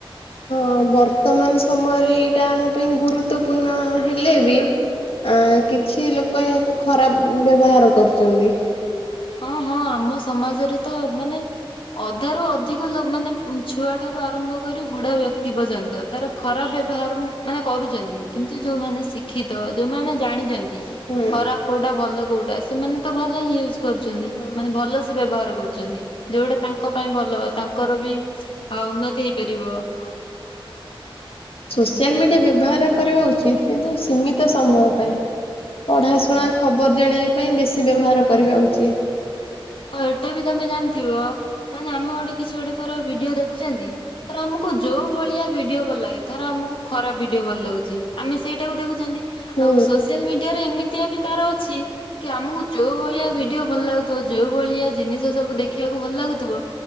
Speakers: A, on the left; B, on the left.
A: ହଁ ବର୍ତ୍ତମାନ ସମୟରେ ଏଇଟା ଆମ ପାଇଁ ଗୁରୁତ୍ୱପୂର୍ଣ୍ଣ ହେଲେ ବି ଆଁ କିଛି ଲୋକୋ ଏହାକୁ ଖରାପ ବ୍ୟବହାର କରୁଚନ୍ତି।
B: ହଁ ହଁ ଆମ ସମାଜରେ ତ ମାନେ ଅଧାରୁୁ ଅଧିକ ଲୋ ମାନେ ଛୁଆଠାରୁ ଆରମ୍ଭ କରି ବୁଢା ବ୍ୟକ୍ତି ପର୍ଯ୍ୟନ୍ତ ତାର ଖରାପ ବ୍ୟବହାର ଉଁ ମାନେ କରୁଚନ୍ତି। କିନ୍ତୁ ଯୋଉମାନେ ଶି କ୍ଷିତ ଯୋଉମାନେ ଜାଣିଚନ୍ତି
A: ହୁଁ
B: ଖରାପ କୋଉଟା ଭଲ କୋଉଟା ସେମାନେ ତ ଭଲ ହିଁ ୟୁଜ୍ କରୁଚନ୍ତି
A: ହୁଁ।
B: ମାନେ ଭଲସେ ବ୍ୟବହାର କରୁଚନ୍ତି। ଯୋଉଟା ତାଙ୍କ ପାଇଁ ଭଲ ତାଙ୍କର ବି ଆଁ ଉନ୍ନତି ହେଇପାରିବ।
A: ସୋସିଆଲ ମିଡ଼ିଆ ବ୍ୟବହାର କରିବା ଉଚିତ୍ କିନ୍ତୁ ସୀମିତ ସମୟ ପାଇଁ। ପଢ଼ାଶୁଣା ଖବର ଜାଣିବା ପାଇଁ ବେଶୀ ବ୍ୟବହାର କରିବା ଉଚିତ୍।
B: ଆଉ ଏଟା ବି ତମେ ଜାଣିଥିବ ମାନେ ଆମ ଗୋଟେ କିଛି ଗୋଟେ କାହାର ଭିଡିଓ ଦେଖୁଛନ୍ତି। ତାର ଆମୁକୁ ଯୋଉ ଭଳିଆ ଭିଡିଓ ଭଲ ଲାଗେ ଧର ଆମୁକୁ ଖରାପ ଭିଡିଓ ଭଲ ଲାଗୁଚି ଆମେ ସେଇଟାକୁ ଦେଖୁଚନ୍ତି।
A: ହୁଁ
B: ଆଉ ସୋସିଆଲ ମିଡିଆ ରେ ଏମିତିଆ ବି ତାର ଅଛି କି ଆମୁକୁ ଯୋଉ ଭଳିଆ ଭିଡିଓ ଭଲ ଲାଗୁଥୁବ ଯୋଉ ଭଳିଆ ଜିନିଷ ସବୁ ଦେଖିବାକୁ ଭଲ ଲାଗୁଥୁବ